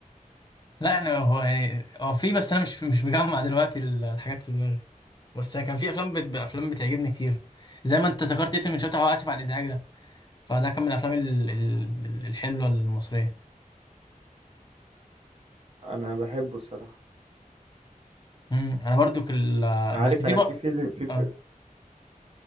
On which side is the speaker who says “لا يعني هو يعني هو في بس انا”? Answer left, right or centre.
Left